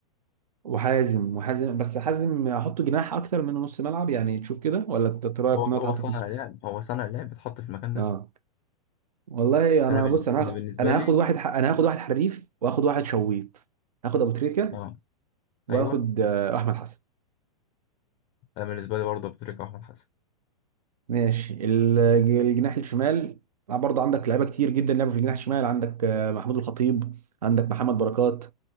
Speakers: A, on the right; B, on the left.
A: وحازم وحازم بس حازم احطه جناح اكتر من نص ملعب يعني تشوف كده ولا انت رايك
B: هو
A: ان
B: هو
A: هو يتحط
B: صانع
A: في نص
B: لعب هو صانع لعب اتحط في المكان ده
A: اه والله
B: فانا
A: انا
B: بال-
A: بص انا
B: أنا
A: هاخ-
B: بالنسبه
A: انا
B: لي
A: هاخد واحد ح... انا هاخد واحد حريف واخد واحد شويط هاخد ابو تريكه
B: اه
A: واخد
B: ايوه
A: آه، احمد حسن
B: انا بالنسبه لي برضه أبو تريكة واحمد حسن
A: ماشي ال- الجناح الشمال آه، برضه عندك لعيبه كتير جدا لعبوا في الجناح الشمال عندك آه، محمود الخطيب عندك محمد بركات